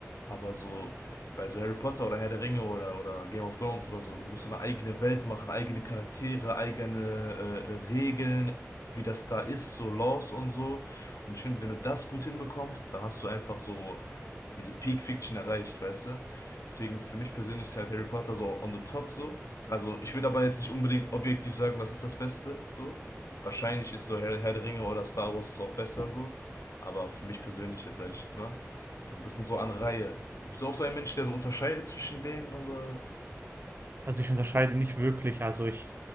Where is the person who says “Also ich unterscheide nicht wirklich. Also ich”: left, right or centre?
Right